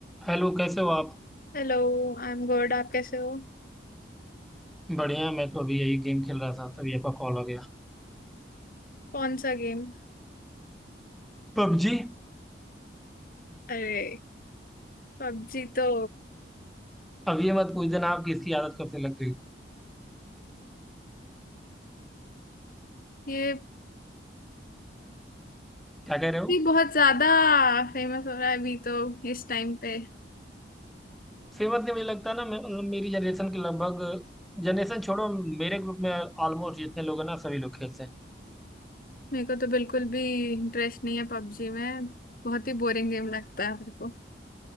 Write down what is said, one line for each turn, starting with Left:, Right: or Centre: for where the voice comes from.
Centre: Hello कैसे हो आप
Left: Hello I am good आप कैसे हो
Centre: बढ़िया मैं तो अभी यही गेम खेल रहा था तभी आपका कॉल हो गया
Left: कौन सा गेम
Centre: पबजी
Left: अरे पबजी तो
Centre: अब ये मत पूछ देना आपकी इसकी आदत कब से लग गई
Left: ये
Centre: क्या कह रहे हो
Left: भी बहुत ज्यादा फेमस हो रहा है अभी तो इस टाइम पे
Centre: सेम बात नहीं मुझे लगता है ना मैं मतलब मेरी जनरेशन के लगभग जनरेशन छोड़ो मेरे ग्रुप में ऑलमोस्ट जितने लोग हैं ना सभी लोग खेलते हैं
Left: मेरे को तो बिल्कुल भी इंटरेस्ट नहीं है पबजी में बहुत ही बोरिंग गेम लगता है मेरे को